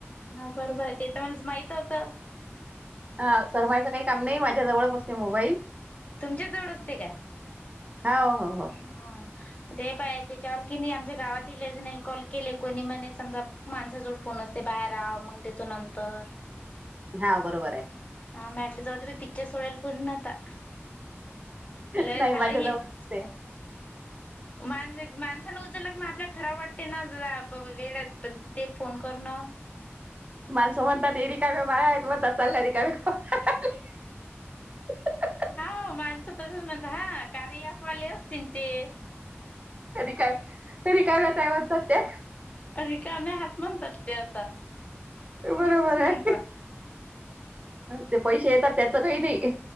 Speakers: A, on the left; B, on the right.
A: हा बरं बर ते तर मलाच माहित होतं.
B: हा सरमायचं काही काम नाही माझ्या जवळच असते मोबाईल.
A: तुमच्या जवळ असते काय?
B: हा हो हो
A: हा. दे पाया त्याच्यावर कि नाही आमच्या गावातील ले जनल कॉल केले कोणी म्हणे समजा माणसाजवळ फोन असते बाहेर आव मंग देतो नंतर.
B: हा बरोबर आहे.
A: हा मॅ मटलं जाऊ दे बाई पिक्चर सोडायल पूर्ण आता. लय
B: नाही
A: झालं
B: माझ्या
A: हि,
B: जवळ असते
A: मा माणसांन उचलला मग आपल्याला खरा वाट ते ना जाय प वेळ आहे तन ते फोन करणं.
B: माणसं म्हणतात रिकाम्या बाया आहेत, म्हणतात चालल्या रिका <unintelligible>
A: हो माणसं तसच म्हणता हा कार्या ॲपवाले असतीन ते.
B: क्यावं रिकाला ताय म्हणतात ते.
A: रिकाम्या हात म्हणतात ते आता.
B: बरोबर
A: तसच
B: आहे,
A: म्हणतात
B: जे पैसे येतात त्याच काही नाही.